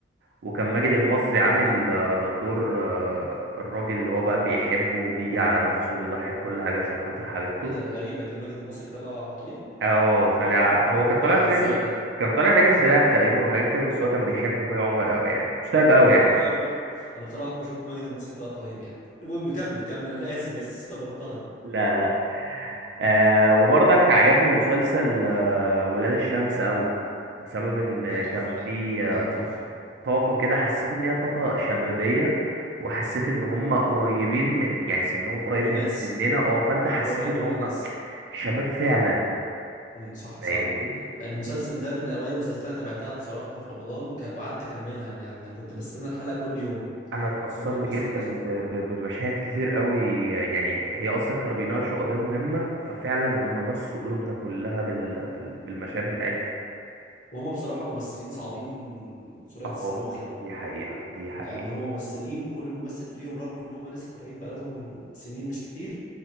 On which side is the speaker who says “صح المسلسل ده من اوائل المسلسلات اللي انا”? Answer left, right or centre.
Left